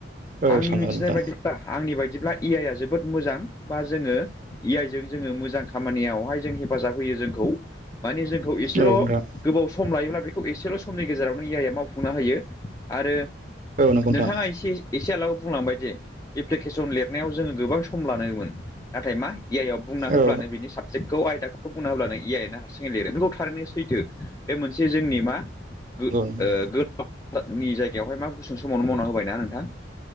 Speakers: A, on the right; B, on the left.
A: औ
B: आंनि
A: साननांगोन
B: मिथिनाय
A: नोंथां
B: बायदिब्ला आंनि बायदिब्ला ए आइ आ जोबोद मोजां बा जोङो ए आइ जों जोङो मोजां खामानियावहाय जों हेफाजाब होयो जोंखौ माने जोंखौ एसेल'
A: औ नोंथां
B: गोबाव सम लायोब्ला बेखौ एसेल' समनि गेजेरावनो ए आइ या मावफुंना हायो आरो
A: औ नंगौ नोंथां
B: नोंथाङा एसे एसे आगोलाव बुंलांबाय जे एप्लिकेसन लिरनायाव जोङो गोबां सम लानोमोन नाथाय मा ए आइ आव बुंना होब्लानो
A: औ
B: बिनि साबजेक्टखौ आयदाखौ बुंना होब्लानो ए आइ आनो हारसिंयै लिरो नोंगौ थारैनो सैथो बे मोनसे जोंनि मा नि
A: नंगौ
B: जायगायावहाय मा गुसुं समावनो मावना होबायना नोंथां?